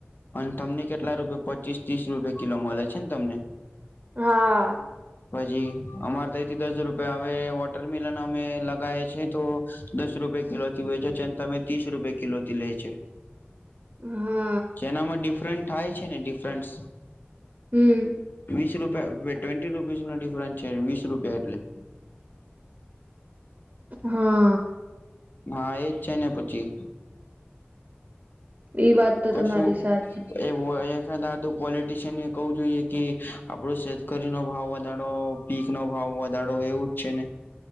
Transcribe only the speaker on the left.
અને તમને કેટલા રૂપે પચીસ ત્રીસ રૂપિયા કિલો મળે છે ને તમને
પછી અમારે તઈથી દસ રૂપિયા આવે વોટર મેલન અમે લગયા છે તો દસ રૂપે કિલોથી વેચછે અને તમે ત્રીસ રૂપિયા કિલોથી લે છે
જેનામાં ડિફરન્ટ થાય છે ને ડિફરન્સ
વીસ રૂપિયા ટ્વેન્ટી રૂપીસ નો ડિફરન્સ છે વીસ રૂપિયા એટલે
હા એજ છે ને પછી
કશું
એમ <unintelligible> આદું પોલિટીશિયન એ કવું જોઈએ કે આપડો શતકરી નો ભાવ વધારો પીક નો ભાવ વધારો એવું જ છે ને